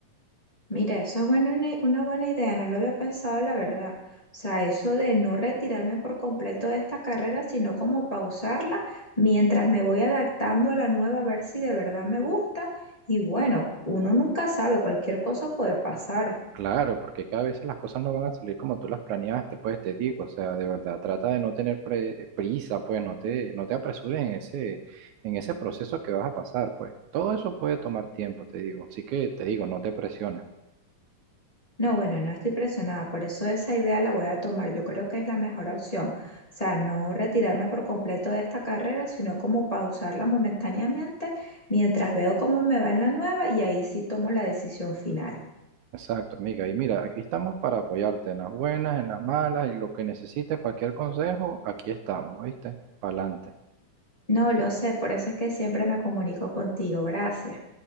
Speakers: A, on the left; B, on the right.
A: Mira, eso es buena una, una buena idea, no lo había pensado, la verdad. O sea, eso de no retirarme por completo de esta carrera, sino como pausarla mientras me voy adaptando a la nueva, a ver si de verdad me gusta. Y bueno, uno nunca sabe, cualquier cosa puede pasar.
B: Claro, porque es que a veces las cosas no van a salir como tú las planeaste, pues te digo, o sea, de verdad, trata de no tener pre- prisa, pues no te, no te apresures en ese, en ese proceso que vas a pasar, pues todo eso puede tomar tiempo, te digo, así que te digo, no te presiones.
A: No, bueno, no estoy presionada, por eso esa idea la voy a tomar. Yo creo que es la mejor opción. O sea, no retirarme por completo de esta carrera, sino como pausarla momentáneamente mientras veo cómo me va en la nueva y ahí sí tomo la decisión final.
B: Exacto, amiga, y mira, aquí estamos para apoyarte en las buenas, en las malas, y lo que necesites, cualquier consejo, aquí estamos, ¿oíste? Pa'lante.
A: No lo sé, por eso es que siempre me comunico contigo. Gracias.